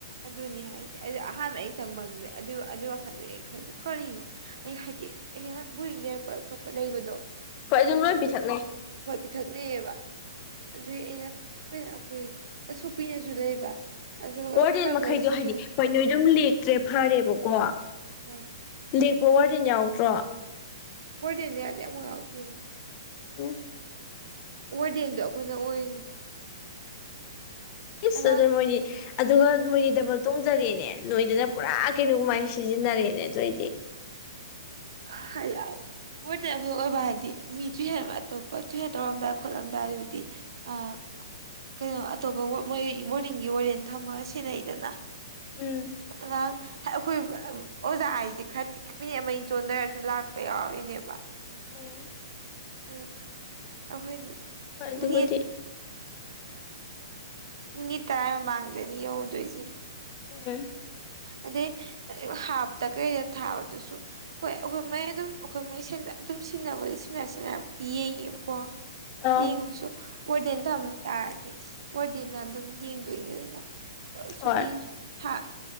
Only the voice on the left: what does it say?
ꯍꯣꯏ
ꯂꯣꯏ
ꯄꯤꯊꯛꯅꯩ
ꯋꯥꯔꯗꯦꯟ
ꯃꯈꯩꯗꯣ
ꯍꯥꯏꯗꯤ ꯍꯣꯏ ꯅꯣꯏꯗꯧ ꯂꯦꯛꯇ꯭ꯔꯦ ꯐꯔꯦꯕꯀꯣ
ꯂꯦꯛꯄ ꯋꯥꯔꯗꯦꯟ ꯌꯥꯎꯗ꯭ꯔꯣ
ꯍꯜꯂꯣ
ꯏꯁ
ꯑꯗꯨ ꯃꯣꯏꯗꯤ ꯑꯗꯨꯒ ꯅꯣꯏꯗꯤ ꯗꯕꯜ ꯇꯣꯡꯖꯔꯦꯅꯦ ꯅꯣꯏꯗꯅ ꯄꯨꯔꯥ ꯀꯩꯅꯣ ꯀꯃꯥꯏꯅ ꯁꯤꯖꯤꯟꯅꯔꯦꯅꯦ ꯑꯗꯨꯏꯗꯤ
ꯎꯝ
ꯎꯝ
ꯍꯣꯏ ꯑꯗꯨꯕꯨꯗꯤ
ꯎꯝ
ꯑꯥ
ꯍꯣꯏ